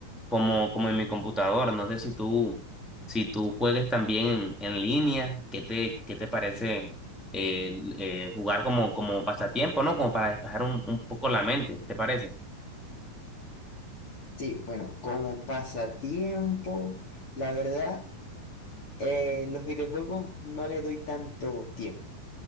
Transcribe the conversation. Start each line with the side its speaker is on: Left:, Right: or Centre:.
Centre: como, como en mi computadora. No sé si tú, si tú juegues también en, en línea, ¿qué te, qué te parece eh, eh, jugar como, como pasatiempo, ¿no? Como para despejar un, un poco la mente, ¿te parece?
Left: Sí, bueno, como pasatiempo, la verdad, eh, los videojuegos no le doy tanto tiempo.